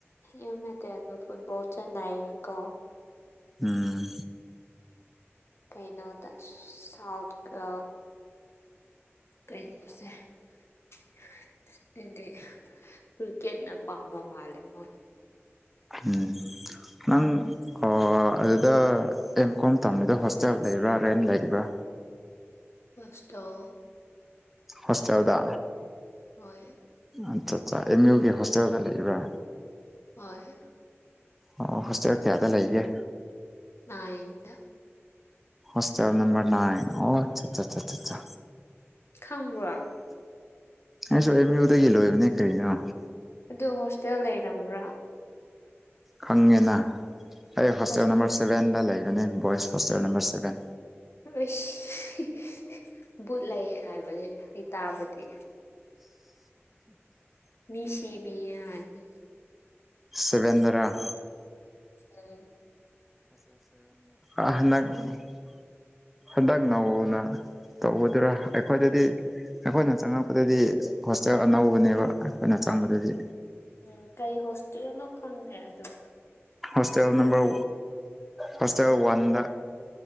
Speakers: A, on the left (about 65°); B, in the centre.
A: ꯌꯥꯝꯅ ꯇꯦꯜꯗ ꯐꯨꯠꯕꯣꯜ ꯆꯟ ꯅꯥꯏꯌꯦꯀꯣ
B: ꯎꯝ
A: ꯀꯩꯅꯣꯗ ꯁꯥꯎꯠ ꯀꯥ ꯀꯩꯅꯣꯁꯦ ꯑꯗꯨꯗꯤ ꯀ꯭ꯔꯤꯀꯦꯠꯅ ꯄꯥꯝꯕ ꯃꯥꯜꯂꯦ ꯃꯣꯏ
B: ꯎꯝ ꯅꯪ ꯑ ꯑꯗꯨꯗ ꯑꯦꯝ ꯀꯣꯝ ꯇꯝꯃꯤꯗꯣ ꯍꯣꯁꯇꯦꯜ ꯂꯩꯔꯥ ꯔꯦꯟ ꯂꯩꯔꯥ
A: ꯍꯣꯁꯇꯦꯜ
B: ꯍꯣꯁꯇꯦꯜꯗ
A: ꯍꯣꯏ
B: ꯑꯠ ꯆꯥ ꯆꯥ ꯑꯦꯝ ꯌꯨꯒꯤ ꯍꯣꯁꯇꯦꯜꯗ ꯂꯩꯔꯥ
A: ꯍꯣꯏ
B: ꯑꯣ ꯍꯣꯁꯇꯦꯜ ꯀꯌꯥꯗ ꯂꯩꯒꯦ
A: ꯅꯥꯏꯟꯗ
B: ꯍꯣꯁꯇꯦꯜ ꯅꯝꯕꯔ ꯅꯥꯏꯟ ꯑꯣ ꯑꯥꯠ ꯆꯥ ꯆꯥ ꯆꯥ ꯆꯥ ꯆꯥ
A: ꯈꯪꯕ꯭ꯔꯣ
B: ꯑꯩꯁꯨ ꯑꯝ ꯌꯨꯗꯒꯤ ꯂꯣꯏꯕꯅꯦ ꯀꯔꯤꯅꯣ
A: ꯑꯗꯨ ꯍꯣꯁꯇꯦꯜ ꯂꯩꯔꯝꯕꯔꯥ
B: ꯈꯪꯉꯦꯅ ꯑꯩ ꯍꯣꯁꯇꯦꯜ
A: ꯑꯩꯁ
B: ꯅꯝꯕꯔ ꯁꯚꯦꯟꯗ ꯂꯩꯕꯅꯦ ꯕꯣꯏꯁ ꯍꯣꯁꯇꯦꯜ ꯅꯝꯕꯔ ꯁꯔꯦꯟ
A: ꯎꯁ ꯕꯨꯠ ꯂꯩ ꯍꯥꯏꯕꯅꯦ ꯑꯩ ꯇꯥꯕꯗꯤ ꯃꯤ ꯁꯤꯕꯤ ꯍꯥꯏ ꯕꯅꯦ
B: ꯁꯕꯦꯟ ꯗꯔꯥ
A: ꯑꯩ
B: ꯑ ꯍꯟꯗꯛ <unintelligible> ꯍꯟꯗꯛ ꯅꯧꯅ ꯇꯧꯒꯥꯗꯔꯥ ꯑꯩꯈꯣꯏꯗꯗꯤ ꯑꯩꯈꯣꯏꯅ ꯆꯪꯉꯛꯄꯗꯗꯤ ꯍꯣꯁꯇꯦꯜ ꯑꯅꯧꯕꯅꯦꯕ ꯑꯩꯈꯣꯏꯅ ꯆꯪꯕꯗꯗꯤ
A: ꯎꯝ ꯀꯩ ꯍꯣꯁꯇꯦꯜꯅ ꯈꯪꯗꯦ ꯑꯗꯨ
B: ꯍꯣꯁꯇꯦꯜ ꯅꯝꯕꯔ ꯍꯣꯁꯇꯦꯜ ꯋꯥꯟꯗ